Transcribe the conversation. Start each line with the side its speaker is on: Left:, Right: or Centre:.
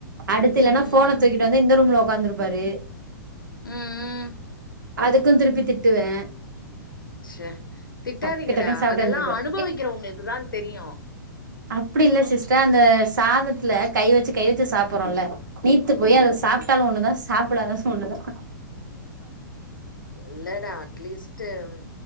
Right: அடுத்து இல்லன்னா
Left: ம்
Right: ஃபோன தூக்கிட்டு வந்து இந்த ரூம்ல வந்துருவாரு
Left: உம் உம்
Right: அதுக்கு திருப்பி திட்டுவே
Left: ச்ச திட்டாதீங்கடா
Right: டக்கு டக்குன்னு சாப்ட்டு
Left: அதெல்லா
Right: எந்திரிப்பாரு
Left: அனுபவிக்கிறவங்களுக்கு தா தெரியு
Right: அப்பிடி இல்ல சிஸ்டர் அந்த சாதத்துல கை வெச்சு கை வெச்சு சாப்புறோல நீத்து போய் அத சாப்ட்டாலு ஒண்ணு தா சாப்படாது ஒண்ணு தா
Left: இல்ல டா அட்லீஸ்ட்டு ம்